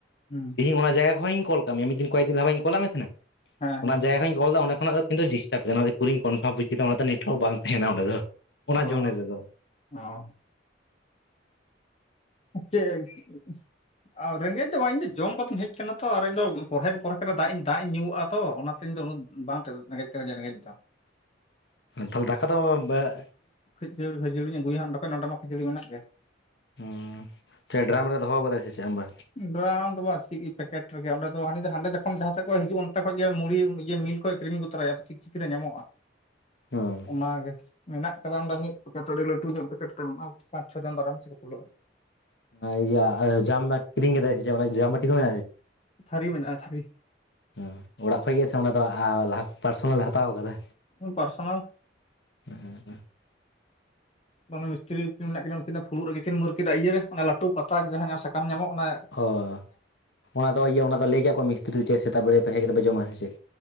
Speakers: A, on the left (about 35°); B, on the left (about 60°).
A: ᱦᱩᱸ
B: ᱛᱤᱦᱤᱧ ᱚᱱᱟ ᱡᱟᱭᱜᱟ ᱠᱷᱚᱱᱤᱧ ᱠᱚᱞ ᱠᱟᱜ ᱢᱮᱭᱟ, ᱢᱤᱫ ᱫᱤᱱ ᱠᱚᱭᱮᱠ ᱫᱤᱱ ᱞᱟᱦᱟ ᱵᱟᱧ ᱠᱚᱞᱟᱜ ᱢᱮ ᱛᱟᱦᱮᱸᱱᱟ,
A: ᱦᱮᱸ
B: ᱚᱱᱟ
A: ᱦᱮᱸ
B: ᱡᱟᱭᱜᱟ ᱠᱷᱚᱧ ᱠᱚᱞ ᱫᱚ ᱚᱸᱰᱮ ᱠᱷᱚᱱᱟᱜ ᱫᱚ ᱠᱤᱱᱛᱩ ᱰᱤᱥᱴᱟᱵ ᱠᱮᱫᱟ ᱚᱱᱟ ᱯᱩᱨᱤᱧ ᱠᱚᱱᱯᱷᱟᱨᱢ ᱵᱩᱡᱽ ᱠᱮᱫᱟ ᱚᱱᱟ ᱫᱚ ᱱᱮᱴᱣᱟᱨᱠ ᱵᱟᱝ ᱛᱟᱦᱮᱸᱱᱟ ᱚᱸᱰᱮ ᱫᱚ᱾ ᱚᱱᱟ
A: ᱚ
B: ᱡᱳᱱ ᱨᱮᱫᱚ
A: ᱚ᱾ ᱪᱮᱜ <inaudible> ᱟ ᱨᱮᱸᱜᱮᱡ ᱫᱚ ᱵᱟᱝ ᱤᱧᱫᱚ ᱡᱚᱢ ᱠᱟᱛᱮᱧ ᱦᱮᱡ ᱠᱟᱱᱟ ᱛᱚ ᱟᱨ ᱤᱧᱫᱚ ᱯᱚᱨᱮᱠ ᱯᱚᱨᱮᱠ ᱨᱮ ᱫᱟᱜ ᱤᱧ ᱫᱟᱜ ᱤᱧ ᱧᱩᱣᱟᱜᱼᱟ ᱛᱚ ᱚᱱᱟ ᱛᱮᱧ ᱫᱚ ᱩᱱᱟᱹᱜ ᱵᱟᱝ ᱨᱮᱜᱮᱡ ᱠᱟᱱᱟ ᱨᱮᱸᱜᱮᱡ ᱫᱚ᱾
B: ᱛᱟᱦᱞᱮ ᱫᱟᱠᱟ ᱫᱚ ᱵᱮᱜ
A: ᱠᱷᱟᱡᱟᱹᱲᱤ ᱠᱷᱟᱹᱡᱟᱹᱲᱤ ᱟᱹᱜᱩᱭᱟ ᱱᱚᱰᱮ ᱠᱷᱚᱱ ᱱᱚᱰᱮ ᱠᱷᱟᱹᱡᱟᱹᱲᱤ ᱢᱮᱱᱟᱜ ᱜᱮ᱾
B: ᱦᱩᱸ ᱪᱮᱫ ᱰᱨᱟᱢ ᱨᱮ ᱫᱚᱦᱚ ᱠᱟᱫᱟᱭ ᱥᱮ ᱪᱮᱫ ᱟᱢᱵᱟ?
A: ᱰᱨᱟᱢ ᱫᱚ ᱵᱟᱝ ᱪᱮᱫ ᱯᱮᱠᱮᱴ ᱨᱮᱜᱮ ᱚᱸᱰᱮ ᱫᱚ ᱦᱟᱸᱰᱮ ᱡᱚᱠᱷᱚᱱ ᱡᱟᱦᱟᱸᱮᱫᱚᱡ ᱦᱤᱡᱩᱜ ᱚᱱᱛᱮ ᱠᱷᱚᱱᱚᱡ ᱜᱮ ᱢᱩᱲᱤ ᱤᱭᱟᱹ ᱢᱤᱞ ᱠᱷᱚᱡ ᱮ ᱠᱤᱨᱤᱧ ᱛᱚᱨᱟᱭᱟ ᱪᱤᱠᱪᱤᱠᱤ ᱨᱮ ᱧᱟᱢᱚᱜᱼᱟ᱾
B: ᱦᱮᱸ
A: ᱚᱱᱟ ᱜᱮ᱾ ᱢᱮᱱᱟᱜ ᱠᱟᱫᱟ ᱚᱸᱰᱮ ᱢᱤᱫ ᱯᱮᱠᱮᱴ ᱟᱹᱰᱤ ᱞᱟᱹᱴᱩ ᱧᱚᱜ ᱢᱤᱫ ᱯᱮᱠᱮᱴ ᱢᱮᱱᱟᱜ ᱯᱟᱸᱪ ᱪᱷᱚ ᱡᱚᱱ ᱫᱟᱨᱟᱢ ᱥᱮ ᱠᱚ ᱠᱩᱞᱟᱹᱜᱼᱟ᱾
B: ᱚᱱᱟ ᱤᱭᱟ ᱡᱟᱢᱵᱟᱴᱤ ᱠᱤᱨᱤᱧ ᱠᱟᱫᱟᱭ ᱥᱮ ᱪᱮᱫ ᱡᱟᱢᱵᱟᱴᱤ ᱦᱚ ᱢᱮᱱᱟᱜ ᱠᱟᱫᱟ ᱥᱮ ᱪᱮᱫ?
A: ᱛᱷᱟᱹᱨᱤ ᱢᱮᱱᱟᱜᱼᱟ ᱛᱷᱟᱹᱨᱤ᱾
B: ᱦᱩᱸ ᱚᱲᱟᱜ ᱠᱷᱚᱡ ᱜᱮ ᱥᱮ ᱟ ᱞᱟᱦᱟ ᱠᱷᱚᱱᱟᱜ ᱯᱟᱨᱥᱚᱱᱟᱞ ᱮ ᱦᱟᱛᱟᱣ ᱠᱟᱫᱟ?
A: ᱦᱩᱸ ᱯᱟᱨᱥᱳᱱᱟᱞ
B: ᱩᱸ ᱩᱸ᱾
A: ᱚᱱᱮ ᱢᱤᱥᱛᱨᱤ ᱠᱤᱱ ᱢᱮᱱᱟᱜ ᱠᱤᱱᱟ ᱩᱱᱠᱤᱱ ᱫᱚ ᱯᱷᱩᱲᱩᱜ ᱨᱮᱜᱮ ᱠᱤᱱ ᱢᱟᱨ ᱠᱮᱫᱟ ᱤᱭᱟ ᱨᱮ ᱚᱱᱟ ᱞᱟᱹᱴᱩ ᱯᱟᱛᱟ ᱡᱟᱦᱟᱸ ᱥᱟᱠᱟᱢ ᱧᱟᱢᱚᱜ ᱚᱱᱮ
B: ᱚ ᱚᱱᱟᱫᱚ ᱤᱭᱟᱹ ᱚᱱᱟᱫᱚ ᱞᱟᱹᱭ ᱠᱟᱫ ᱠᱚᱣᱟ ᱢᱤᱥᱛᱨᱤ ᱪᱮᱫ ᱥᱮᱛᱟᱜ ᱵᱮᱨᱟ ᱯᱮ ᱦᱮᱡ ᱠᱟᱛᱮᱫ ᱯᱮ ᱡᱚᱢᱟ ᱥᱮ ᱪᱮᱫ?